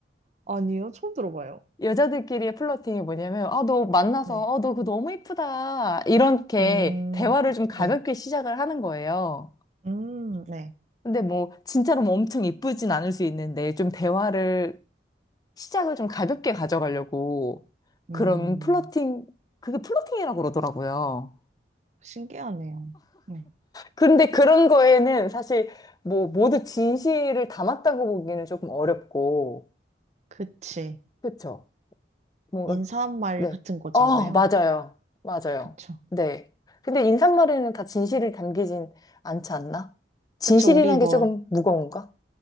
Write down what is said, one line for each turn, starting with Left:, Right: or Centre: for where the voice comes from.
Right: 아니요. 처음 들어봐요.
Left: 여자들끼리의 플러팅이 뭐냐면, 아, 너 만나서,
Right: 네.
Left: 어, 너 그거 너무 이쁘다. 이렇게
Right: 음.
Left: 대화를 좀 가볍게
Right: 네.
Left: 시작을 하는 거예요.
Right: 음. 네.
Left: 근데 뭐, 진짜로 뭐 엄청 이쁘진 않을 수 있는데, 좀 대화를, 시작을 좀 가볍게 가져가려고,
Right: 음.
Left: 그런 플러팅, 그게 플러팅이라고 그러더라고요.
Right: 신기하네요. 네.
Left: 그런데 그런 거에는 사실 뭐 모두 진실을 담았다고 보기는 조금 어렵고,
Right: 그치.
Left: 그쵸? 뭔가,
Right: 인사말
Left: 네.
Right: 같은 거잖아요.
Left: 어, 맞아요. 맞아요.
Right: 그쵸.
Left: 네. 근데 인사말에는 다 진실을 담기진 않지 않나? 진실이란
Right: 그쵸. 우리 뭐
Left: 게 조금 무거운가?